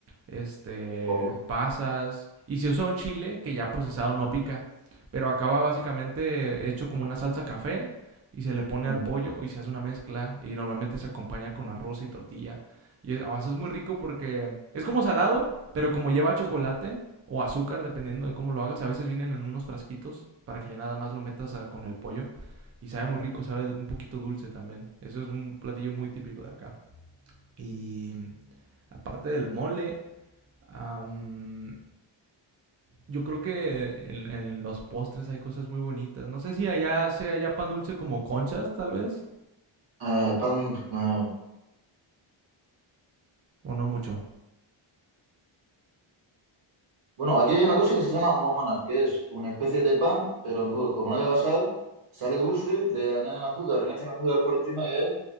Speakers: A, on the right; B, on the right.
A: este,
B: Oh.
A: pasas, y se usa un chile que ya procesado no pica, pero acaba básicamente hecho como una salsa café y se le pone
B: Mm.
A: al pollo y se hace una mezcla y normalmente se acompaña con arroz y tortilla. Y es- oh, eso es muy rico porque es como salado, pero como lleva chocolate, o azúcar, dependiendo de cómo lo hagas. A veces vienen en unos frasquitos para que ya nada más lo metas a- con el pollo. Y sabe muy rico, sabe un poquito dulce también. Eso es un platillo muy típico de acá. Y aparte del mole, am, yo creo que en, en los postres hay cosas muy bonitas. No sé si allá sea ya pan dulce como conchas, tal vez,
B: Eh, pan, eh,
A: o no mucho.
B: Bueno, aquí hay una cosa que se llama monas, que es una especie de pan, pero en pu- como no lleva sal, sale dulce, le añaden azúcar, le echan azúcar por encima y es